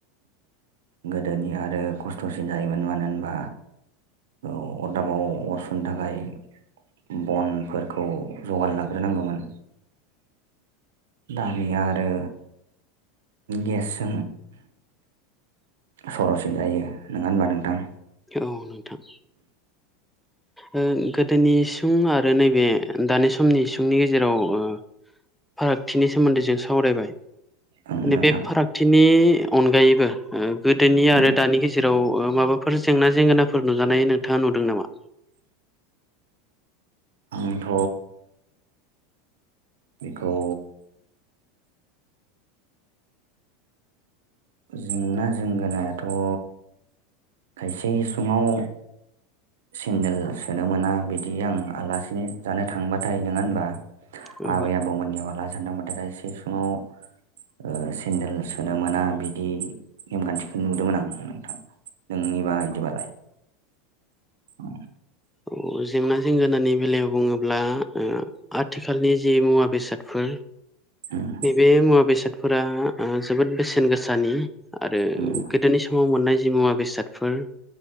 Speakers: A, on the right; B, in the centre.
A: गोदोनि आरो खस्थ'सिन जायोमोन मानो होनबा औ अरदाबाव अरसुनो थाखाय बनफोरखौ जगार लाग्रोनांगौमोन। दानिया आरो गेसजों सर'सिन जायो नङा होनबा नोंथां?
B: औ नोंथां। ओ गोदोनि इसुं आरो नैबे दानि समनि इसुंनि गेजेराव ओ फारागथिनि सोमोन्दै जों सावरायबाय।
A: ओं नोंथां
B: नैबे फारागथिनि अनगायैबो गोदोनि
A: उम
B: आरो दानि गेज जेराव माबाफोर जेंना जेंगोनाफोर नुजानाय नोंथाङा नुदों नामा?
A: आंथ' बेखौ जेंना जेंगोनायाथ' खायसे इसिंआव सेन्देल सोनो मोना बिदि आं आलासि जानो थांबाथाय नङा होनबा?
B: औ
A: आबै आबौ मोननियाव आलासि जानो थांबाथाय खायसे सिङाव ओ सेन्देल सोनो मोना बिदि नेमखान्थिखौ नुदोंमोन आं नोंथां। नोंनि बादिबालाय? औ।
B: अ जेंना जेंगोनानि बेलायाव बुङोब्ला ओ आथिखालनि जि मुवा बेसाद फोर
A: उम
B: नैबे मुवा बेसादफोरा ओ जोबोद बेसेन गोसानि। आरो
A: उम
B: गोदोनि स माव मोननाय जि मुवा बेसादफोर